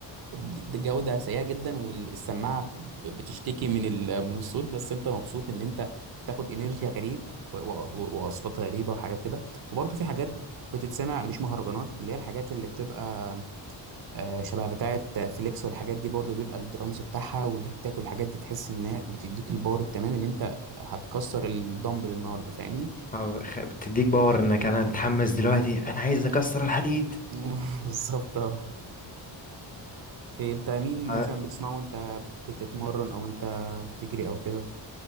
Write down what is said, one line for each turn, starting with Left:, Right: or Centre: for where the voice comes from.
Right: د- جوده سيئه جدا والسماعه ب- بتشتكي من ال- من الصوت بس انت مبسوط ان انت تاخد انرجي غريب و- و- واصوات غريبه وحاجات كده وبرضه في حاجات بتتسمع مش مهرجانات اللي هي الحاجات اللي بتبقى آه، شبه بتاعة فليكس والحاجات دي برضه بيبقى الدرامز بتاعها والهتات والحاجات دي تحس ان هي بتديك الباور التمام ان انت هتكسر الدمبل النهارده فاهمني
Left: آه، خ- بتديك باور انك انا متحمس دلوقتي انا عايز اكسر الحديد
Right: <laughs> بالظبط اه إيه، انت مين
Left: آه،
Right: مثلا بتسمعه وانت بتتمرن او انت بتجري او كده